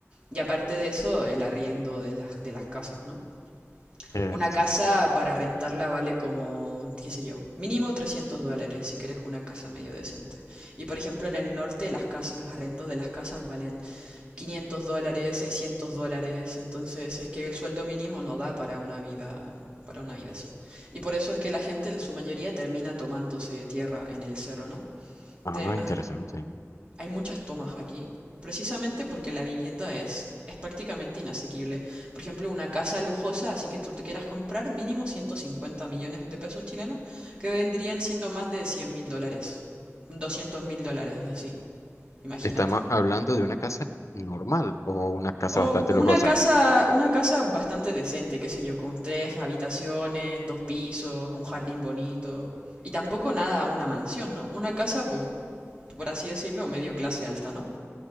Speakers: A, on the right; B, on the left.
A: Y aparte de eso, el arriendo de las, de las casas, ¿no?
B: Eh,
A: Una
B: sí.
A: casa para rentarla vale como, qué sé yo, mínimo 300 dólares si quieres una casa medio decente. Y por ejemplo en el norte las casas, los arrendos de las casas valen 500 dólares, 600 dólares, entonces es que el sueldo mínimo no da para una vida, para una vida así. Y por eso es que la gente en su mayoría termina tomándose tierra en el cerro, ¿no?
B: Ah,
A: Te-
B: interesante.
A: ha- hay muchas tomas aquí, precisamente porque la vivienda es, es prácticamente inasequible. Por ejemplo, una casa lujosa, así que tú te quieras comprar mínimo 150 millones de pesos chilenos, que vendrían siendo más de 100 mil dólares, 200 mil dólares, así, imagínate.
B: Estamos hablando de una casa normal o una casa
A: O
B: bastante
A: una
B: lujosa
A: casa, una casa bastante decente, qué sé yo, con tres habitaciones, dos pisos, un jardín bonito. Y tampoco nada, una mansión, ¿no? Una casa, pues, por así decirlo, medio clase alta, ¿no?